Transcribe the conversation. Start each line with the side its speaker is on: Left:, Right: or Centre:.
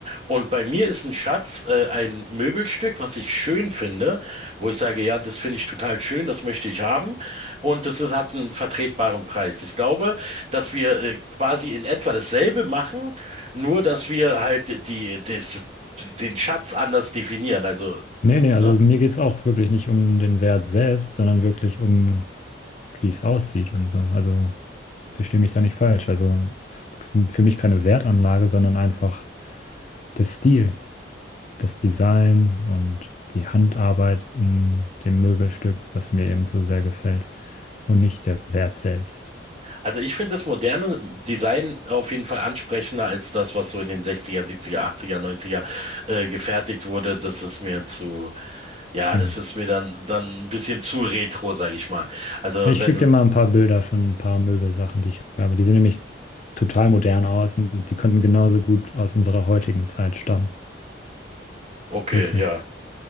Right: Und bei mir ist ein Schatz äh, ein Möbelstück, was ich schön finde, wo ich sage, ja, das finde ich total schön, das möchte ich haben. Und das ist, hat einen vertretbaren Preis. Ich glaube, dass wir äh, quasi in etwa dasselbe machen, nur dass wir halt die, des, den Schatz anders definieren. Also,
Left: Nee, nee,
Right: ne?
Left: also mir geht es auch wirklich nicht um den Wert selbst, sondern wirklich um, wie es aussieht und so. Also verstehe mich da nicht falsch. Also es ist für mich keine Wertanlage, sondern einfach der Stil. das Design und die Handarbeit in dem Möbelstück, was mir eben so sehr gefällt und nicht der Wert selbst.
Right: Also ich finde das moderne Design auf jeden Fall ansprechender als das, was so in den 60er, 70er, 80er, 90er äh, gefertigt wurde. Das ist mir zu. Ja,
Left: Hm.
Right: das ist mir dann, dann ein bisschen zu retro, sage ich mal. Also
Left: Ja, Ich
Right: wenn,
Left: schicke dir mal ein paar Bilder von ein paar Möbelsachen, die ich habe. Die sehen nämlich total modern aus und die könnten genauso gut aus unserer heutigen Zeit stammen.
Right: okay,
Left: Wirklich.
Right: ja,